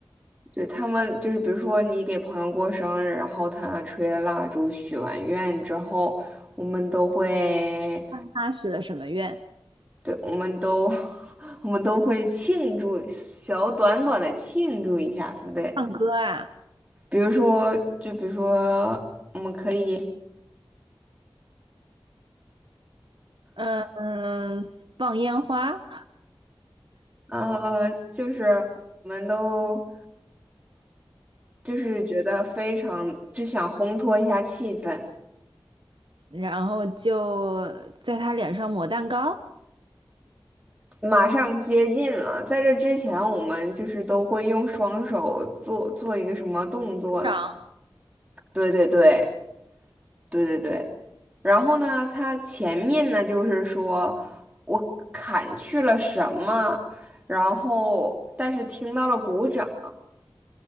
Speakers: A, on the right (about 15°); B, on the right (about 75°).
A: 对，他们就是，比如说你给朋友过生日，然后他吹了蜡烛、许完愿之后，我们都会，
B: 他许了什么愿？
A: 对，我们都，<laughs> 我们都会庆祝，小短短的庆祝一下，对不对？
B: 唱歌啊，
A: 比如说，就比如说，我们可以，
B: 嗯，放烟花。
A: 呃，就是我们都就是觉得非常，就想烘托一下气氛。
B: 然后就在他脸上抹蛋糕，
A: 马上接近了，在这之前，我们就是都会用双手做做一个什么动作呢？
B: 鼓掌，
A: 对对对对对对。然后呢，他前面呢就是说我砍去了什么，然后但是听到了鼓掌，